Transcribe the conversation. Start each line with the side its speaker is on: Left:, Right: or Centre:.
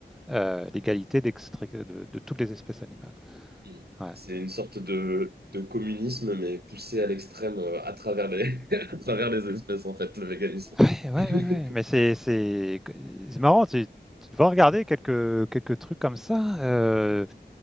Centre: euh, l'égalité d'extrait- de, de toutes les espèces animales.
Right: Mm.
Centre: Ouais.
Right: C'est une sorte de, de communisme, mais poussé à l'extrême euh, à travers les, <laughs> à travers les espèces, en fait, le véganisme.
Centre: Eh
Right: <laughs>
Centre: Ouais, ouais, ouais. Mais c'est c'est c'est marrant. Tu, tu devrais regarder quelques quelques trucs comme ça. euh,